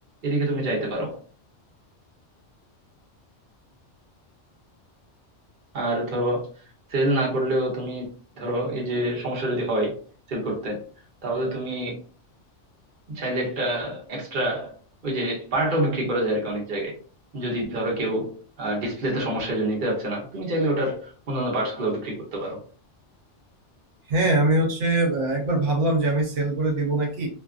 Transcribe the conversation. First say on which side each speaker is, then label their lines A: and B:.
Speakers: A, on the right (about 50°); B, on the right (about 80°).
A: এদিকে তুমি যাইতে পারো আর ধরো সেল না করলেও তুমি ধরো এই যে সমস্যা যদি হয় সেল করতে তাহলে তুমি চাইলে একটা এক্সট্রা ওই যে পার্টও বিক্রি করা যায় আর কি অনেক জায়গায় যদি ধরো কেউ ডিসপ্লেতে সমস্যায় জন্য নিতে পারছে না তুমি চাইলে ওটার অন্যান্য পার্টস গুলো বিক্রি করতে পারো
B: হ্যাঁ আমি হচ্ছে আহ, একবার ভাবলাম যে আমি সেল করে দিব নাকি